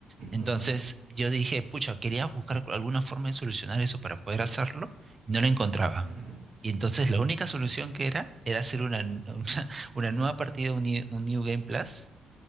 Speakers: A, on the right; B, on the right.
A: Entonces,
B: ujú,
A: yo dije, pucha, quería buscar alguna forma de solucionar eso para poder hacerlo y no lo encontraba.
B: ujú,
A: Y entonces la única solución
B: Ok.
A: que era era hacer una, n- <laughs>
B: ujú,
A: una, una nueva partida, un New, un New Game Plus,